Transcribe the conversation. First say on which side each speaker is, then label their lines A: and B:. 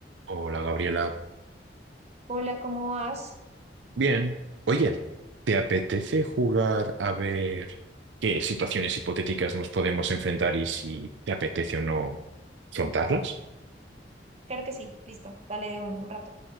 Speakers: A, on the right (about 85°); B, on the right (about 35°).
A: Hola Gabriela.
B: Hola, ¿cómo vas?
A: Bien. Oye, ¿te apetece jugar a ver qué situaciones hipotéticas nos podemos enfrentar y si te apetece o no afrontarlas?
B: Claro que sí, listo, dale de uno, un rato,